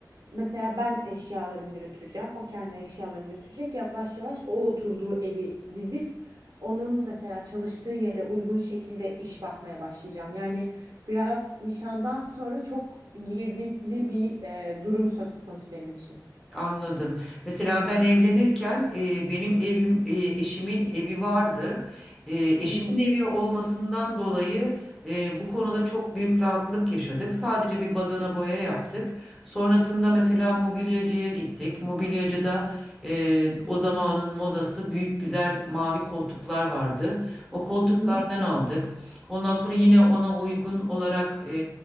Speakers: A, on the right; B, in the centre.
A: mesela ben eşyalarımı götüreceğim. O kendi eşyalarını götürecek. Yavaş yavaş o oturduğu evi dizip onun mesela çalıştığı yere uygun şekilde iş bakmaya başlayacağım. Yani Biraz nişandan sonra çok girdikli bir e, durum söz konusu benim için.
B: Anladım. Mesela ben evlenirken e, benim evim, e, eşimin evi vardı. E, eşimin
A: Hı hı.
B: evi olmasından dolayı e, bu konuda çok büyük rahatlık yaşadık. Sadece bir badana boya yaptık. Sonrasında mesela mobilyacıya gittik. Mobilyacıda e, o zamanın modası büyük güzel mavi koltuklar vardı. O koltuklardan
A: Hı hı.
B: aldık. Ondan sonra yine ona uygun olarak e,